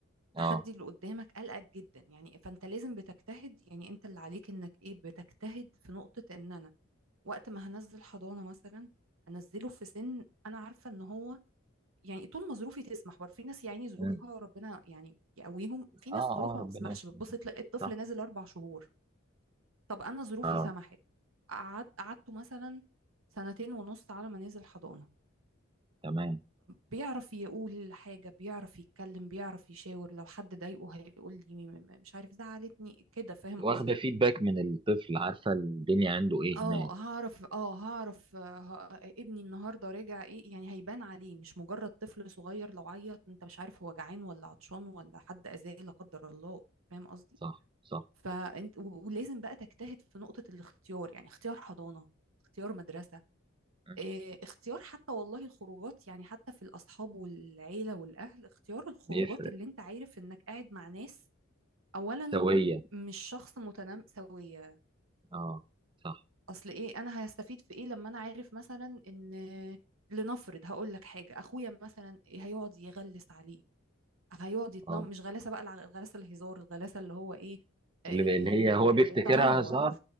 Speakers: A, on the right; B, on the right.
A: التحدي
B: اه
A: اللي قدامك قلقك جدا يعني فأنت لازم بتجتهد يعني أنت اللي عليك إنك إيه بتجتهد في نقطة إن أنا وقت ما هنزل حضانة مثلا أنزله في سن أنا عارفة إن هو يعني طول ما ظروفي تسمح برضه في ناس يعني ظروفها
B: مم.
A: ربنا يعني يقويهم في ناس
B: اه
A: ظروفها
B: اه ربنا
A: ما بتسمحش
B: يسلمك
A: بتبص تلاقي الطفل
B: صح
A: نازل أربع شهور طب انا ظروفي
B: اه
A: سمحت قعد قعدته مثلا سنتين ونص على ما نزل حضانة
B: تمام
A: بيعرف يقول حاجة بيعرف يتكلم بيعرف يشاور لو حد ضايقه هيقول لي م- م- مش عارف زعلتني كده فاهم
B: واخدة
A: قصدي
B: فيدباك من الطفل عارفة الدنيا عنده ايه
A: اه
B: هناك
A: هعرف اه هعرف آه، ه- ابني النهارده راجع ايه يعني هيبان عليه مش مجرد طفل صغير لو عيط انت مش عارف هو جعان ولا عطشان ولا حد اذاه لا قدر الله فاهم قصدي
B: صح صح
A: فانت و- ولازم بقى تجتهد في نقطة الاختيار يعني اختيار حضانة اختيار مدرسة
B: مم.
A: آه، اختيار حتى والله الخروجات يعني حتى في الأصحاب والعيلة والأهل اختيار الخروجات
B: بيفرق
A: اللي انت عارف انك قاعد مع ناس أولا
B: سوية
A: مش شخص متنمساوية
B: اه صح
A: أصل ايه أنا هستفيد في ايه لما أنا عارف مثلا ان لنفرض هقول لك حاجة أخويا مثلا هيقعد يغلس عليه هيقعد يتنم
B: اه
A: مش غلاسة بقى الع- الغلاسة الهزار الغلاسة اللي هو ايه آه، آه،
B: اللي, ب- اللي هي هو بيفتكرها
A: آه، آه، تنمر
B: هزار